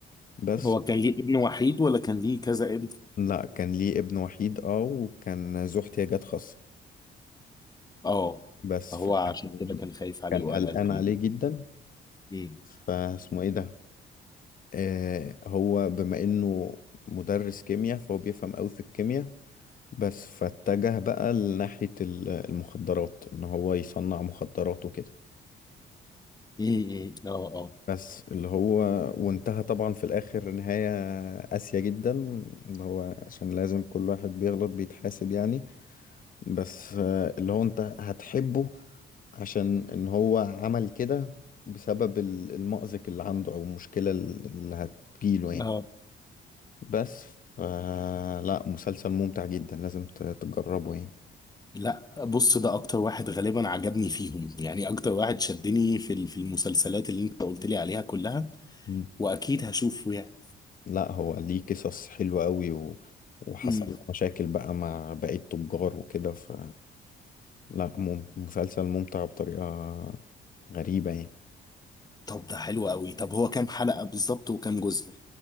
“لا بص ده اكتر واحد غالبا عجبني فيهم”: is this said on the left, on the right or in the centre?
Left